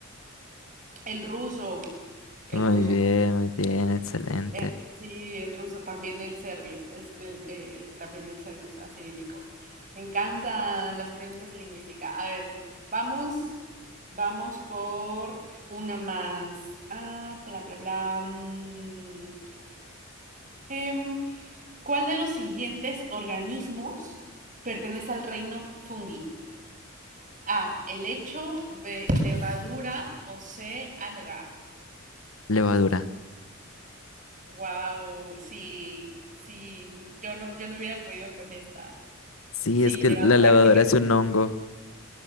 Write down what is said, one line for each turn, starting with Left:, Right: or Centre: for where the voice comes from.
Right: El ruso, el
Left: Muy
Right: ruso.
Left: bien, muy bien, excelente.
Right: Eh, sí, el ruso, también el serbio, es el, eh, también el serbio usa cirílico. Me encantan las preguntas de lingüística. A ver, vamos, vamos por una más. Ah, bla, bla, bla. mm, em, ¿cuál de los siguientes organismos pertenece al reino fungi? A, helecho, B, levadura o C, alga.
Left: Levadura.
Right: Wow, sí, sí, yo no, yo no hubiera podido con esta.
Left: Sí,
Right: Sí,
Left: es que
Right: levadura,
Left: la levadura
Right: correcto.
Left: es un hongo.